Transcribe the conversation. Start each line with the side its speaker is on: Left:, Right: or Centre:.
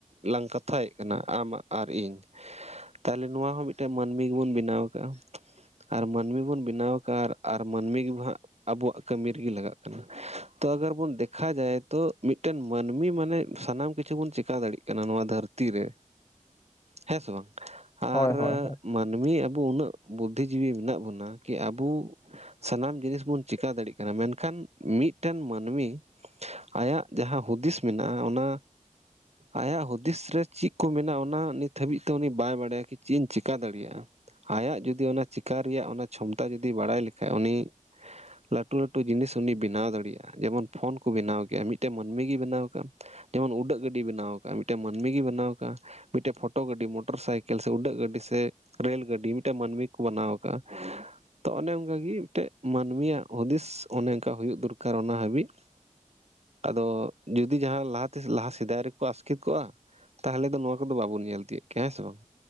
Right: ᱞᱟᱝ ᱠᱟᱛᱷᱟᱭᱮᱫ ᱠᱟᱱᱟ ᱟᱢᱟᱜ ᱟᱨ ᱤᱧ ᱾ ᱛᱟᱦᱞᱮ ᱱᱚᱣᱟ ᱦᱚᱸ ᱢᱤᱫᱴᱮᱱ ᱢᱟᱹᱱᱢᱤ ᱜᱮᱵᱩᱱ ᱵᱮᱱᱟᱣ ᱟᱠᱟᱜᱼᱟ ᱾ ᱟᱨ ᱢᱟᱹᱱᱢᱤ ᱵᱚᱱ ᱵᱮᱱᱟᱣ ᱟᱠᱟᱫ-ᱟ ᱟᱨ ᱢᱟᱹᱱᱢᱤ ᱜᱮᱵᱚ ᱦᱟᱸᱜ ᱟᱵᱚᱣᱟᱜ ᱠᱟᱹᱢᱤ ᱨᱮᱜᱮ ᱞᱟᱜᱟᱜ ᱠᱟᱱᱟ ᱾ ᱛᱚ ᱟᱜᱟᱨ ᱵᱚᱱ ᱫᱮᱠᱷᱟ ᱡᱟᱭ ᱛᱚ ᱢᱤᱫᱴᱮᱱ ᱢᱟᱹᱱᱢᱤ ᱢᱟᱱᱮ ᱥᱟᱱᱟᱢ ᱠᱤᱪᱷᱩ ᱵᱚᱱ ᱪᱮᱠᱟ ᱫᱟᱲᱮ ᱠᱟᱱᱟ ᱱᱚᱣᱟ ᱫᱷᱟᱹᱨᱛᱤ ᱨᱮ, ᱦᱮᱸ ᱥᱮ ᱵᱟᱝ? ᱟᱨ
Left: ᱦᱳᱭ ᱦᱳᱭ ᱦᱳᱭ
Right: ᱢᱟᱹᱱᱢᱤ ᱟᱵᱚ ᱩᱱᱟᱹᱜ ᱵᱩᱫᱽᱫᱷᱤ ᱡᱤᱵᱤ ᱢᱮᱱᱟᱜ ᱵᱚᱱᱟ ᱠᱤ ᱟᱵᱚ ᱥᱟᱱᱟᱢ ᱡᱤᱱᱤᱥ ᱵᱚᱱ ᱪᱤᱠᱟ ᱫᱟᱲᱮ ᱠᱟᱱᱟ, ᱢᱮᱱᱠᱷᱟᱱ ᱢᱤᱫᱴᱮᱱ ᱢᱟᱹᱱᱢᱤ ᱟᱭᱟᱜ ᱡᱟᱦᱟᱸ ᱦᱩᱫᱤᱥ ᱢᱮᱱᱟᱜᱼᱟ ᱚᱱᱟ ᱟᱭᱟᱜ ᱦᱩᱫᱤᱥ ᱨᱮ ᱪᱮᱫ ᱠᱚ ᱢᱮᱱᱟᱜ ᱚᱱᱟ ᱱᱤᱛ ᱦᱟᱹᱵᱤᱡ ᱛᱮ ᱩᱱᱤ ᱵᱟᱭ ᱵᱟᱲᱟᱭᱟ ᱠᱤ ᱪᱮᱫ ᱤᱧ ᱪᱮᱠᱟ ᱫᱟᱲᱮᱭᱟᱜᱼᱟ ᱾ ᱟᱭᱟᱜ ᱡᱩᱫᱤ ᱚᱱᱟ ᱪᱤᱠᱟ ᱨᱮᱭᱟᱜ ᱚᱱᱟ ᱪᱷᱚᱢᱚᱛᱟ ᱡᱩᱫᱤ ᱵᱟᱲᱟᱭ ᱞᱮᱠᱷᱟᱡ, ᱩᱱᱤ ᱞᱟᱹᱴᱩ ᱞᱟᱹᱴᱩ ᱡᱤᱱᱤᱥ ᱩᱱᱤ ᱵᱮᱱᱟᱣ ᱫᱟᱲᱮᱭᱟᱜᱼᱟ ᱾ ᱡᱮᱢᱚᱱ ᱯᱷᱳᱱ ᱠᱚ ᱵᱮᱱᱟᱣ ᱠᱮᱜᱼᱟ ᱢᱤᱫᱴᱮᱱ ᱢᱟᱹᱱᱢᱤ ᱜᱮᱭ ᱵᱮᱱᱟᱣ ᱠᱟᱜᱼᱟ ᱾ ᱡᱮᱢᱚᱱ ᱩᱰᱟᱹᱜ ᱜᱟᱹᱰᱤ ᱵᱮᱱᱟᱣ ᱟᱠᱟᱜ-ᱟ, ᱢᱤᱫᱴᱮᱱ ᱢᱟᱹᱱᱢᱤ ᱜᱮᱭ ᱵᱮᱱᱟᱣ ᱟᱠᱟᱜᱼᱟ ᱾ ᱢᱤᱫᱴᱮᱜ ᱯᱷᱳᱴᱳ ᱜᱟᱹᱰᱤ, ᱢᱚᱴᱚᱨ ᱥᱟᱭᱠᱮᱞ, ᱥᱮ ᱩᱰᱟᱹᱜ ᱜᱟᱹᱰᱤ ᱥᱮ ᱨᱮᱹᱞ ᱜᱟᱹᱰᱤ ᱢᱤᱫᱴᱮᱱ ᱢᱟᱹᱱᱢᱤ ᱠᱚ ᱵᱮᱱᱟᱣ ᱠᱟᱜᱼᱟ ᱾ ᱛᱚ ᱚᱱᱮ ᱚᱱᱠᱟ ᱜᱮ ᱢᱤᱫᱴᱮᱱ ᱢᱟᱹᱱᱢᱤᱭᱟᱜ ᱦᱩᱫᱤᱥ ᱚᱱᱮ ᱚᱱᱠᱟ ᱦᱩᱭᱩᱜ ᱫᱚᱨᱠᱟᱨ ᱚᱱᱟ ᱦᱟᱹᱵᱤᱡ ᱾ ᱟᱫᱚ ᱡᱩᱫᱤ ᱡᱟᱦᱟᱸ ᱞᱟᱦᱟ ᱛᱮ ᱞᱟᱦᱟ ᱥᱮᱫᱟᱭ ᱨᱮᱠᱚ ᱟᱥᱠᱮᱛ ᱠᱚᱜᱼᱟ ᱛᱟᱦᱚᱞᱮ ᱫᱚ ᱱᱚᱣᱟ ᱠᱚᱫᱚ ᱵᱟᱵᱚᱱ ᱧᱮᱞ ᱛᱤᱭᱳ ᱠᱮᱭᱟ ᱾ ᱦᱮᱸ ᱥᱮ ᱵᱟᱝ?